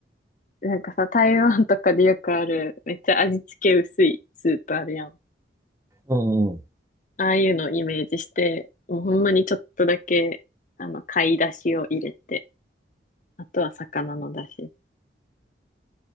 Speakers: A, on the left; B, on the right.
A: なんかさ、台湾とかでよくある、めっちゃ味付け薄いスープあるやん。
B: うんうん。
A: ああいうのをイメージして、もうほんまにちょっとだけ、あの、貝だしを入れて、あとは魚のだ汁。